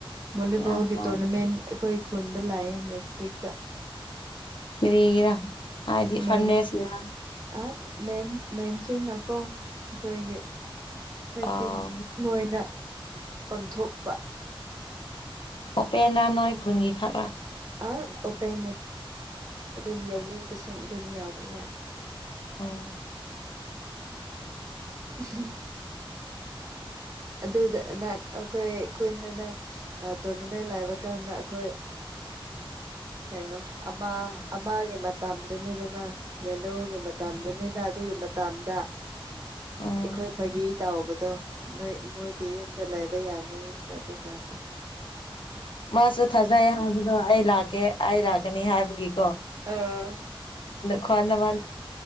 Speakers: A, on the right; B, on the left.
A: ꯚꯣꯂꯤꯕꯣꯜꯒꯤ
B: ꯌꯥꯝ ꯄꯥꯝꯃꯦ
A: ꯇꯣꯔꯅꯥꯃꯦꯟ ꯑꯩꯈꯣꯏ ꯈꯨꯟꯗ ꯂꯥꯛꯑꯦ ꯅꯦꯛꯁ ꯋꯤꯛꯇ
B: ꯐꯔ ꯍꯥꯏꯗꯤ
A: ꯃꯦꯟ
B: ꯐꯔꯅꯦꯁꯔ
A: ꯑ ꯃꯦꯟ ꯃꯦꯟꯁꯤꯡꯅꯀꯣ ꯑꯩꯈꯣꯏꯒꯤ ꯂꯩꯇꯤꯟ
B: ꯑꯥ
A: ꯃꯣꯏꯗ ꯄꯥꯡꯊꯣꯛꯄ
B: ꯑꯣꯄꯦꯟꯗ ꯅꯣꯏ ꯈꯨꯟꯒꯤ ꯈꯔꯥ
A: ꯑ ꯑꯣꯄꯦꯟꯅꯦ ꯑꯗꯨꯝ ꯌꯥꯎꯅꯤꯡꯕꯁꯦ ꯑꯗꯨꯝ ꯌꯥꯎꯕ ꯌꯥꯏ
B: ꯑꯥ
A: ꯎꯝ ꯑꯗꯨꯗ ꯑꯩꯈꯣꯏ ꯈꯨꯟꯗꯅ ꯇꯣꯔꯅꯃꯦꯟ ꯂꯥꯛ ꯆꯕ ꯀꯥꯟꯗ ꯑꯩꯈꯣꯏ
B: <unintelligible>
A: ꯀꯩꯅꯣ ꯑꯃ ꯃꯇꯝꯗꯨꯅꯤꯗꯅ ꯌꯦꯜꯂꯣꯒꯤ ꯃꯇꯝꯗꯨꯅꯤꯅ ꯑꯗꯨꯒꯤ ꯃꯇꯗ ꯑꯩꯈꯣꯏ
B: ꯎꯝ
A: ꯐꯒꯤ ꯇꯥꯎꯕꯗꯣ ꯅꯣꯏ ꯃꯣꯏꯒꯤ ꯌꯨꯝꯗ ꯂꯩꯕ ꯌꯥꯅꯤꯅ ꯑꯗꯨꯀꯥꯟꯗ
B: ꯃꯥꯁꯨ ꯊꯥꯖꯩ ꯍꯥꯏꯕꯗꯣ ꯑꯩ ꯂꯥꯛꯀꯦ ꯑꯩ ꯂꯥꯛꯀꯅꯤ ꯍꯥꯏꯕꯒꯤꯀꯣ
A: ꯎꯝ
B: ꯈꯅ ꯋꯥꯟ